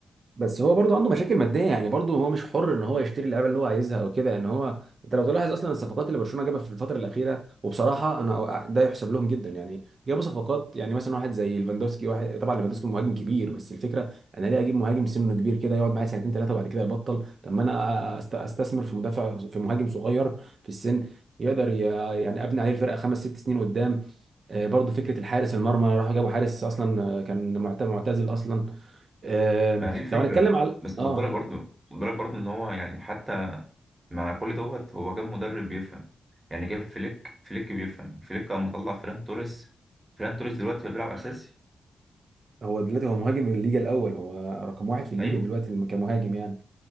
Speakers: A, on the right; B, on the right.
A: بس هو برضه عنده مشاكل ماديه يعني برضه هو مش حر ان هو يشتري اللعيبه اللي هو عايزها او كده يعني هو انت لو تلاحظ اصلا الصفقات اللي برشلونه جابها في الفتره الاخيره وبصراحه انا ده يحسب لهم جدا يعني جابوا صفقات يعني مثلا واحد زي ليفاندوسكي واحد طبعا ليفاندوسكي مهاجم كبير بس الفكره انا ليه اجيب مهاجم سنه كبير كده يقعد معايا سنتين ثلاثه وبعد كده يبطل طب ما انا أست- استثمر في مدافع في مهاجم صغير في السن يقدر ي- يعني ابني عليه الفرقه خمس ست سنين قدام آه، برضه فكره الحارس المرمى راحوا جابوا حارس اصلا آه، كان معت- معتزل اصلا آه
B: ما دي الفكره
A: لو هنتكلم على
B: بس
A: اه
B: خد بالك برضه خد بالك برضه ان هو يعني حتى مع كل دوت هو جاب مدرب بيفهم يعني جاب فليك فليك بيفهم فليك كان مطلع فيران توريس فيران توريس دلوقتي بقى بيلعب اساسي
A: هو دلوقتي هو مهاجم الليجا الاول هو رقم واحد في الليجا
B: ايوه
A: دلوقتي الم- كمهاجم يعني